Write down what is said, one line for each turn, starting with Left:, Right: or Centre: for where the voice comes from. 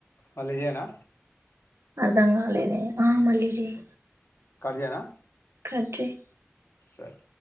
Left: మళ్ళీ జేయనా
Right: అర్ధం కాలేదే ఆ మళ్లీ జేయ్
Left: కడ్ జయానా
Right: కాట్ జేయ్
Left: సరే